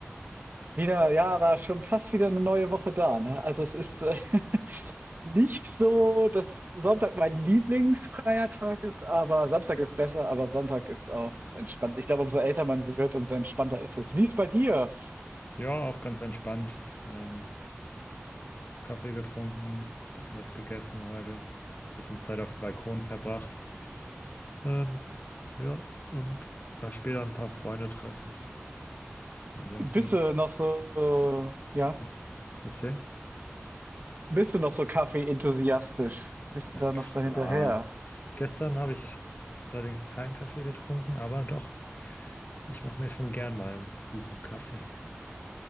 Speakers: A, on the right; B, on the left.
A: wieder, ja, war schon fast wieder eine neue Woche da, ne? Also es ist äh, <laughs> nicht so, dass Sonntag mein lieblingsfreier Tag ist, aber Samstag ist besser, aber Sonntag ist auch entspannt. Ich glaube, umso älter man wird, umso entspannter ist es. Wie ist bei dir?
B: Ja, auch ganz entspannt. Ähm, Kaffee getrunken, bisschen was gegessen heute, bisschen Zeit auf dem Balkon verbracht. Ähm, ja, und da später ein paar Freunde treffen. Ansonsten,
A: Bist du noch so, ja,
B: hm, erzähl.
A: bist du noch so Kaffee-enthusiastisch? Bist
B: Na
A: du da
B: klar.
A: noch so hinterher?
B: Gestern habe ich allerdings keinen Kaffee getrunken, aber doch, ich mache mir schon gern mal einen guten Kaffee.